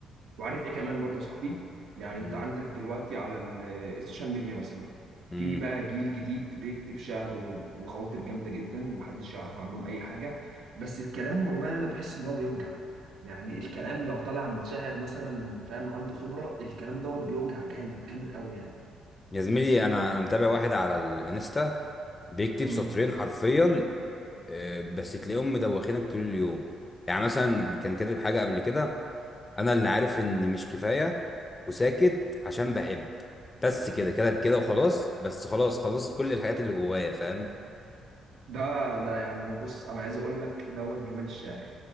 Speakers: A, on the right; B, on the left.
A: وعارف ايه كمان برضو يا صاحبي يعني انت
B: امم
A: عندك دلوقتي على ال- السوشيال ميديا مثلا
B: امم
A: في بقى جيل جديد بيكتب شعر و- وخواطر جامده جدا محدش يعرف عنهم اي حاجه بس الكلام والله انا بحس ان هو بيوجع يعني الكلام لو طلع من شاعر مثلا فاهم عنده خبره الكلام دوت بيوجع جامد جامد قوي يعني
B: يا زميلي انا انا متابع واحد على الانستا بيكتب
A: مم.
B: سطرين حرفيا آه، بس تلاقيهم مدوخينك طول اليوم يعني مثلا كان كاتب حاجه قبل كده انا اللي عارف اني مش كفايه وساكت عشان بحب بس كده كده كده وخلاص بس خلاص خلصت كل الحاجات اللي جوايا فاهم
A: ده ده يعني بص انا عايز اقول لك دوت جمال الشعر